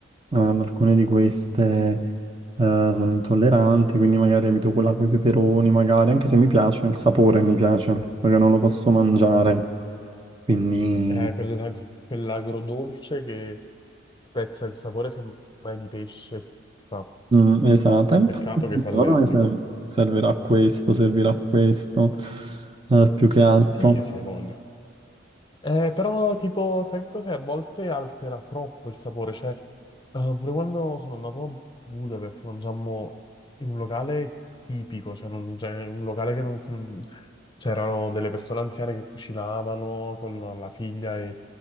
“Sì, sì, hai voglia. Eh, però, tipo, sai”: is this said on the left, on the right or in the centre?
Left